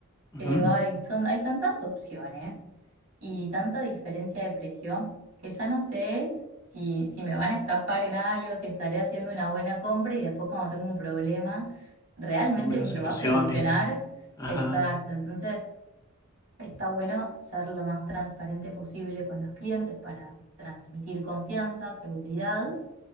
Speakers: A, on the left; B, on the right.
A: ujú,
B: que digo, ay, son, hay tantas opciones y tanta diferencia de precio que ya no sé si, si me van a estafar en algo, si estaré haciendo una buena compra y después cuando tengo un problema, ¿realmente
A: No me lo
B: me
A: solucionen.
B: lo va a solucionar?
A: Ajá.
B: Exacto, entonces está bueno ser lo más transparente posible con los clientes para transmitir confianza, seguridad